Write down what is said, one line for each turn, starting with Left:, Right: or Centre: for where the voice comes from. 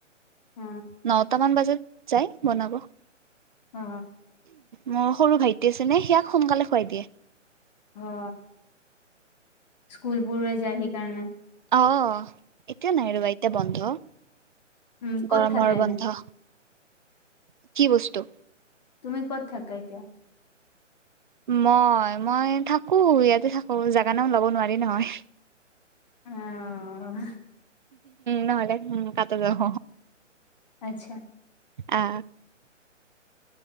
Left: অ
Right: নটামান বজাত যাই বনাব।
Left: অ।
Right: মোৰ সৰু ভাইটি আছে নে, সিয়াক সোনকালে শুৱাই দিয়ে।
Left: অহ। স্কুলবোৰৰে যায় সেইকাৰণে
Right: অ, এতিয়া নাই ৰ'বা এতিয়া বন্ধ।
Left: উম ক'ত
Right: গৰমৰ
Left: থাকা
Right: বন্ধ।
Left: এনে
Right: কি বস্তু?
Left: তুমি ক'ত থাকা এতিয়া?
Right: মই, মই থাকো ইয়াতে থাকো। জেগা নাম ল'ব নোৱাৰি নহয়।
Left: আহ।
Right: নহ'লে উম, কাট যাব।
Left: আচ্ছা।
Right: আ।